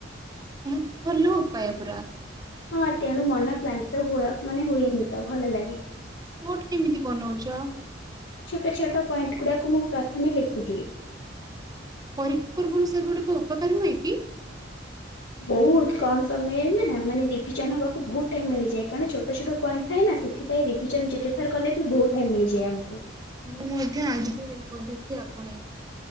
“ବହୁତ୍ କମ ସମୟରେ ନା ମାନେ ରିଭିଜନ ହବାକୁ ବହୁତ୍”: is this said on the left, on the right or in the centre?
Left